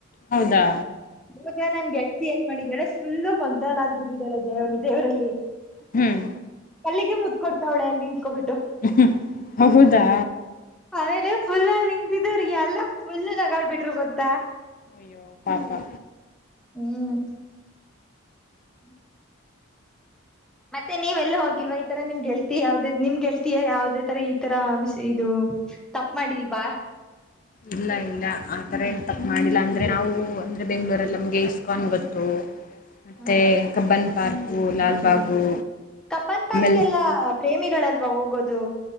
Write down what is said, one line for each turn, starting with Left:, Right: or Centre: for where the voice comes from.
Left: ಹೌದಾ
Centre: ಇವಾಗ ನಾನ್ ಗೆಳತಿ ಏನ್ ಮಾಡಿದ್ದಾಳೆಫುಲ್ಲು ಮಗ್ದಳ್ ಆಗ್ಬಿಟ್ಟಿದ್ದಾಳೆ ದೇವ್ರ ದೇವರಲ್ಲಿ.
Left: ಹ್ಮ್
Centre: ಕಲ್ಲಿಗೆ ಮುತ್ ಕೊಡ್ತವ್ಳೆ ಎಲ್ಲಿ ನಿಂತ್ಕೊಬಿಟ್ಟು.
Left: ಹಾ ಹಾ ಹೌದಾ
Centre: ಅಮೇಲೆ ಫುಲ್ಲಲ್ಲಿ ನಿಂತಿದವರ್ ಎಲ್ಲಾ ಫುಲ್ ನಗಾಡ್ಬಿಟ್ರು ಗೊತ್ತಾ.
Left: ಅಯ್ಯೋ ಪಾಪಾ
Centre: ಹ್ಮ್ <unintelligible> ಮತ್ತೆ ನೀವ್ ಹೋಗಿಲ್ವಾ ಈ ತರ ನಿಮ್ ಗೆಲ್ತಿ ಯಾವ್ದೇ ನಿಮ್ ಗೆಲ್ತಿಯ ಯಾವದೇ ತರ ಈ ತರ ಮಿಸ್ ಇದು ತಪ್ ಮಾಡಿಲ್ವಾ.
Left: ಇಲ್ಲ ಇಲ್ಲ ಆತರ ಏನ್ ತಪ್ಪ ಮಾಡಿಲ್ಲ ಅಂದ್ರೆ ನಾವು ಅಂದ್ರೆ ಬೆಂಗ್ಳೂರಲ್ಲಿ ನಮ್ಗೆ ಇಸ್ಕನ್ ಗೊತ್ತು. ಮತ್ತೆ
Centre: ಹ್ಮ್
Left: Cubbon park Lalbagh.
Centre: Cubbon park
Left: ಆಮೇಲೆ
Centre: ಎಲ್ಲಾ ಪ್ರೇಮಿಗಳಲ್ವ ಹೋಗೋದು.